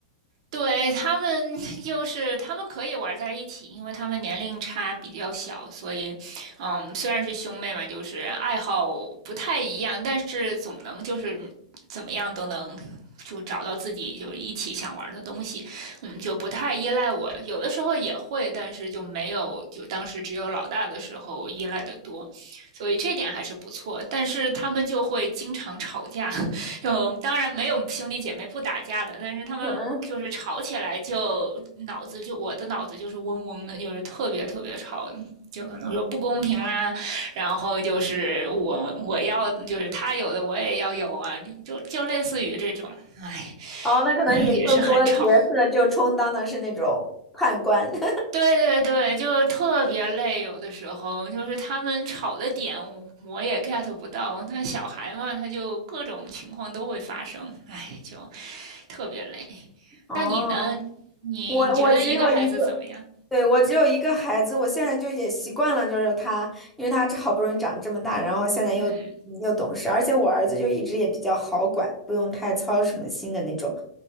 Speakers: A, on the right; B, in the centre.
A: 对，他们 <laughs> 就是他们可以玩在一起，因为他们年龄差比较小，所以，嗯，虽然是兄妹嘛，就是爱好不太一样，但是总能就是怎么样都能就找到自己就是一起想玩的东西，嗯，就不太依赖我，有的时候也会，但是就没有就当时只有老大的时候依赖的多，所以这点还是不错，但是他们就会经常吵架。<laughs> 就当然没有兄弟姐妹不打架的，但是他们就是吵起来就脑子就我的脑子就是嗡嗡的，
B: 嗯嗯，
A: 就是特别特别吵，就可能说不公平啦，然后就是我我要就是他有的我也要有啊，就就就类似于这种，哎，
B: 哦，那可能你更多角色就充当的是那种判官。
A: 也是很吵。
B: <laughs>
A: 对对对，就特别累，有的时候就是他们吵的点我也 get 不到，那小孩嘛，他就各种情况都会发生，哎，就特别累。
B: 哦，
A: 那你呢？你你觉得一个孩子怎么样？
B: 我我只有一个，对，我只有一个孩子，我现在就也习惯了，就是他，因为他这好不容易长这么大，然后现在又嗯又懂事，
A: 嗯，
B: 而且我儿子就一直也比较好管，不用太操什么心的那种，